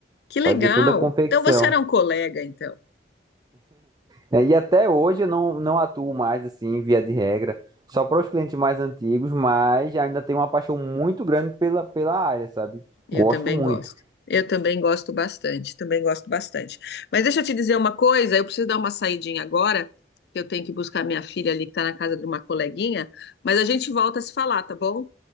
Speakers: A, on the left (about 60°); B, on the right (about 20°).
A: Que legal.
B: Fazia toda a confecção.
A: Então você era um colega, então?
B: É, e até hoje eu não, não atuo mais assim, via de regra, só para os clientes mais antigos, mas ainda tenho uma paixão muito grande pela, pela área, sabe?
A: Eu
B: Gosto
A: também
B: muito.
A: gosto. Eu também gosto bastante, também gosto bastante. Mas deixa eu te dizer uma coisa, eu preciso dar uma saidinha agora, que eu tenho que buscar minha filha ali que está na casa de uma coleguinha, mas a gente volta a se falar, tá bom?